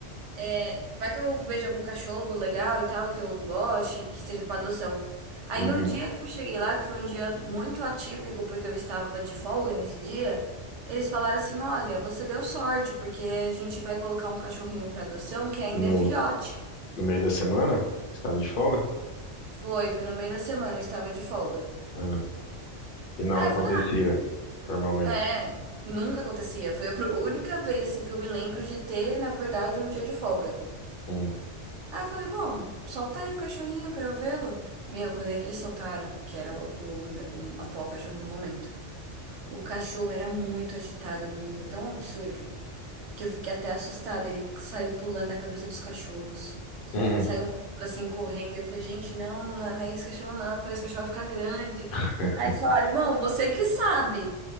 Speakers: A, on the right; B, on the left.
A: É, vai que eu vejo algum cachorro legal e tal, que eu goste, que seja para adoção. Aí
B: Uhum.
A: no dia que eu cheguei lá, que foi um dia muito atípico, porque eu estava de folga nesse dia, eles falaram assim, olha, você deu sorte, porque a gente vai colocar um cachorrinho para adoção que ainda
B: No,
A: é filhote.
B: No meio da semana? Você estava de folga?
A: Foi, foi no meio da semana, eu estava de folga.
B: Ah, e não
A: Aí
B: acontecia
A: eu falei,
B: normalmente.
A: ah, é, nunca acontecia. Foi a <laughs> única vez, assim, que eu me lembro de ter, na verdade, um dia de folga.
B: Hum.
A: Aí eu falei, bom, solta aí o cachorrinho pra eu vê-lo. Meu, quando eles soltaram, que era o, o me- o atual cachorro no momento, o cachorro era muito agitado num nível tão absurdo que eu fiquei até assustada. Ele saiu pulando na cabeça dos cachorros,
B: Hum.
A: saiu um pouco assim correndo. Eu falei, gente, não, não é esse cachorro, não. Eu falei, esse cachorro vai ficar grande.
B: <laughs>
A: Aí eles falaram, bom, você que sabe,